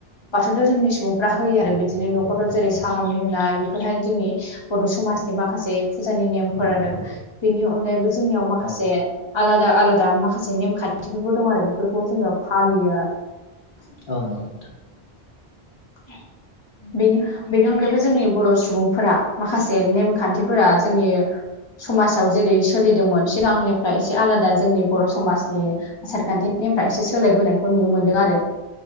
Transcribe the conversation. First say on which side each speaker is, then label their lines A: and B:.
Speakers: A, on the left (about 25°); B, on the left (about 65°).
A: बाथौ धोरोमनि सुबुंफ्रा होयो आरो बिदिनो न'खराव जेरै सालामि होनाय बेफोरहाय जोंनि बर' समाजनि माखासे फुजानि नेमफोर आरो बेनि अनगायैबो जोंनियाव माखासे
B: औ
A: आलादा आलादा माखासे नेमखान्थिफोरबो दं आरो बेफोरखौ जोङो फालियो।
B: औ नंगौ नोंथां।
A: <unintelligible> बेनि बेनि अनगायैबो जोंनि बर' सुबुंफोरा माखासे नेमखान्थिफोरा जोंनि समाजाव जेरै सोलिदोंमोन सिगांनिफ्राय एसे आलादा जोंनि बर' समाजनि आसार खान्थिनिफ्राय एसे सोलायबोनायखौ नुनो मोनदों आरो